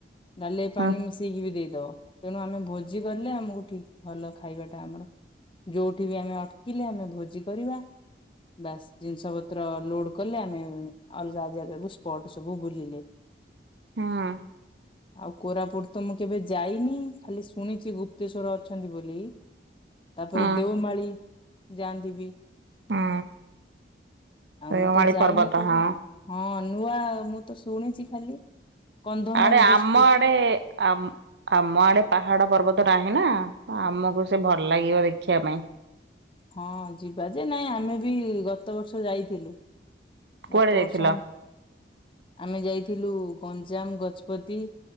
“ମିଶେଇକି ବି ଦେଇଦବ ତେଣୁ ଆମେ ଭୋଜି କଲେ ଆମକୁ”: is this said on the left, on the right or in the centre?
Left